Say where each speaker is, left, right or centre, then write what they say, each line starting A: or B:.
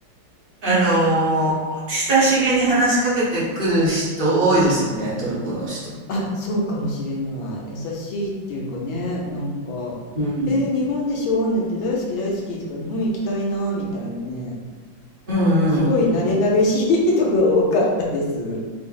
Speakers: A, on the right (about 40°); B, on the left (about 85°).
A: う。
B: うん。
A: あのー、親しげに話しかけてくる人多いですよね。トルコの人って。
B: あ、そうかもしれない。優しいっていうかね、なんか、
A: うん。
B: えー日本でしょなんて大好き大好きとか、日本行きたいなみたいなね、
A: うんうんうんうん。
B: なんかすごい慣れ慣れしい人が多かったです。